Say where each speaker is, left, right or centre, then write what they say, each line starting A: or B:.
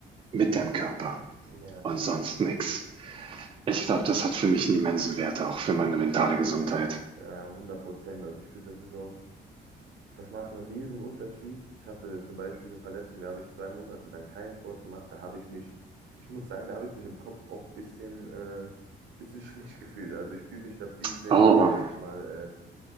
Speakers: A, on the right; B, on the right.
A: mit deinem Körper
B: Ja,
A: und sonst nix. Ich glaube, das hat für mich einen immensen Wert, auch für meine mentale Gesundheit.
B: ja, hundert Prozent. Also ich finde, das ist auch Das macht einen riesen Unterschied. Ich hatte zum Beispiel eine Verletzung, da habe ich zwei Monate dann keinen Sport gemacht. Da habe ich mich, ich muss sagen, da habe ich mich im Kopf auch ein bisschen, äh, bisschen <laughs> schlecht gefühlt. Also ich fühle mich da viel schlechter,
A: Aber
B: wie wenn ich mal